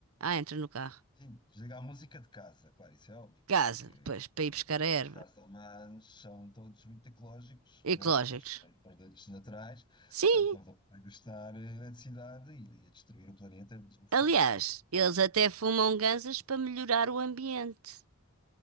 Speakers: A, on the right; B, on the left.
A: Ah, entra no carro.
B: Sim, desliga a música de casa, claro, isso é óbvio.
A: Casa,
B: Que
A: pois, para ir buscar a erva.
B: os castelmanos são todos muito ecológicos,
A: Ecológicos.
B: né? Gostam mais de produtos naturais,
A: Sim,
B: portanto não vão gastar eh, eletricidade e a destruir o planeta desnecessariamente.
A: aliás, eles até fumam ganzas para melhorar o ambiente.